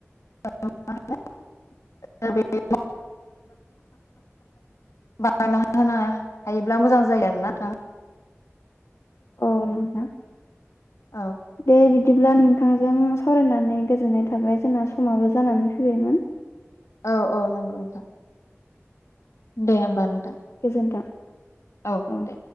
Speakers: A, on the left (about 85°); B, on the left (about 65°).
A: <unintelligible> <unintelligible> बानायना होनो हायोब्ला मोजां जायो आरोना थां।
B: औ नोंथां।
A: औ।
B: दे बिदिब्ला नोंथांजों सावरायनानै गोजोननाय थाबाय जोंना समाबो जानानै फैबायमोन।
A: औ औ नंगौ नोंथां। दे होमबानो नोंथां।
B: गोजोन्थों
A: औ
B: औ।
A: दे